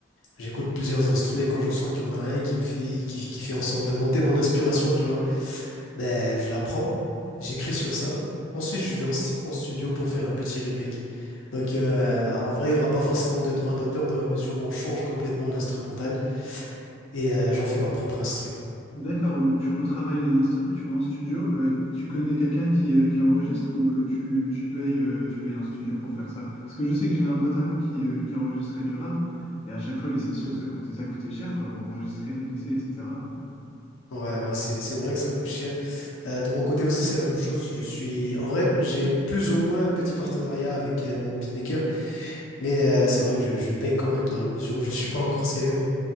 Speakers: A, on the left; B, on the left.
A: J'écoute plusieurs instrus et quand je sens qu'il y en a un qui me fait, qui, qui fait en sorte de monter mon inspiration, tu vois, ben je la prends, j'écris sur ça. Ensuite, je vais en, sti- en studio pour faire un petit remake. Donc, euh, en vrai, il n'y aura pas forcément de droit d'auteur dans la mesure où on change complètement l'instrumental et euh, j'en fais ma propre instru.
B: D'accord, ouais, donc tu retravailles les instrus, tu vas en studio. Euh, tu connais quelqu'un qui, euh, qui enregistre ou euh, tu, tu payes, euh, tu payes un studio pour faire ça? Parce que je sais que j'ai un pote à moi qui, euh, qui enregistrait du rap et à chaque fois les sessions
A: Mhm.
B: ça coûtait, ça coûtait cher quoi pour enregistrer, mixer, etc.
A: Ouais, ouais, c'est, c'est vrai que ça coûte cher. Euh, de mon côté aussi, c'est la même chose. Je suis, en vrai, j'ai plus ou moins un petit partenariat avec euh, mon beatmaker, mais euh, c'est vrai que je, je paye quand même dans la mesure où je suis pas encore célèbre.